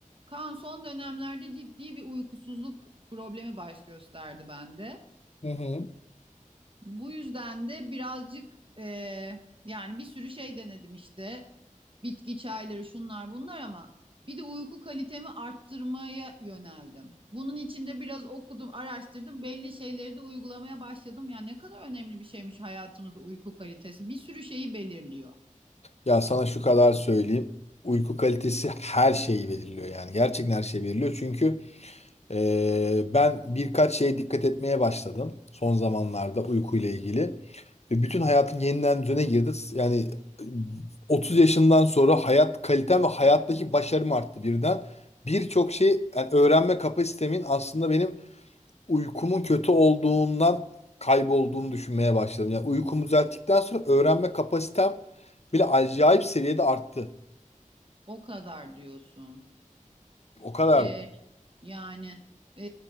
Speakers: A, on the right; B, on the left.
A: Kaan son dönemlerde ciddi bir uykusuzluk problemi baş gösterdi bende.
B: Hı hı.
A: Bu yüzden de birazcık e, yani bir sürü şey denedim işte bitki çayları şunlar bunlar ama bir de uyku kalitemi arttırmaya yöneldim. Bunun için de biraz okudum, araştırdım. Belli şeyleri de uygulamaya başladım. Ya ne kadar önemli bir şeymiş hayatımızda uyku kalitesi. Bir sürü şeyi belirliyor.
B: Ya sana şu kadar söyleyeyim. Uyku kalitesi her şeyi belirliyor yani. Gerçekten her şeyi belirliyor. Çünkü eee, ben birkaç şeye dikkat etmeye başladım son zamanlarda uykuyla ilgili. Ve bütün hayatım yeniden düzene girdi. Yani e, 30 yaşından sonra hayat kalitem ve hayattaki başarım arttı birden. Birçok şey yani öğrenme kapasitemin aslında benim uykumun kötü olduğundan kaybolduğunu düşünmeye başladım. Yani uykumu düzelttikten sonra öğrenme kapasitem bile acayip seviyede arttı.
A: O kadar diyorsun.
B: O kadar.
A: Ee, yani e,